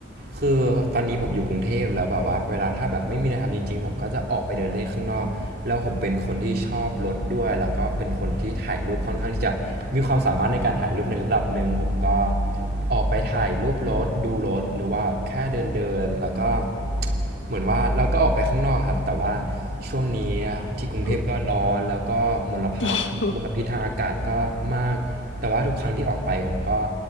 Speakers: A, on the right; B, on the left.
A: คือตอนนี้ผมอยู่กรุงเทพแล้วแบบว่าเวลาถ้าแบบไม่มีอะไรทำจริงๆผมก็จะออกไปเดินเล่นข้างนอกแล้วผมเป็นคนที่ชอบรถด้วยแล้วก็เป็นคนที่ถ่ายรูปค่อนข้างที่จะมีความสามารถในการถ่ายรูปในระดับหนึ่งผมก็ออกไปถ่ายรูปรถดูรถหรือว่าแค่เดินๆแล้วก็ เหมือนว่าเราก็ออกไปข้างนอกครับแต่ว่าช่วงนี้ที่กรุงเทพก็ร้อนแล้วก็มลภะมลพิษทางอากาศก็มากแต่ว่าทุกครั้งที่ออกไปผมก็
B: อืมจริง